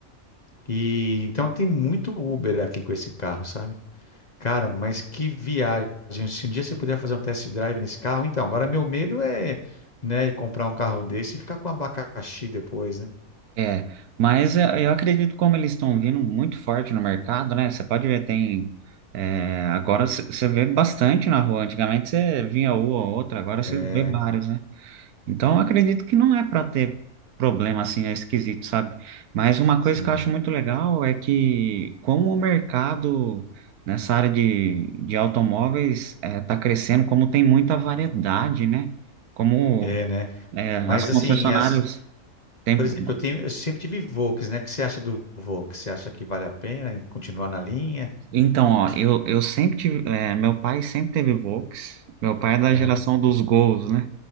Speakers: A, on the left; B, on the right.
A: E então tem muito Uber aqui com esse carro, sabe? Cara, mas que viagem. Se um dia você puder fazer um test drive nesse carro, então, agora meu medo é, né, comprar um carro desse e ficar com abacaxi depois, né?
B: é. Mas eu, eu acredito como eles estão vindo muito forte no mercado, né? Você pode ver, tem. é, agora você você vê bastante na rua. Antigamente você vinha uma ou outra, agora você
A: É,
B: vê vários, né? Então, eu acredito que não é para ter problema assim, é esquisito, sabe? Mas uma
A: sim.
B: coisa que eu acho muito legal é que como o mercado nessa área de, de automóveis está crescendo, como tem muita variedade, né? Como
A: É, né?
B: é, as
A: Mas
B: concessionárias
A: assim, as
B: têm...
A: Por exemplo, eu tenho, eu sempre tive Volks, né? O que você acha do Volks? Você acha que vale a pena em continuar na linha?
B: Então, ó, eu, eu sempre tive... é, meu pai sempre teve Volks. Meu pai é da
A: Aham.
B: geração dos Gols, né?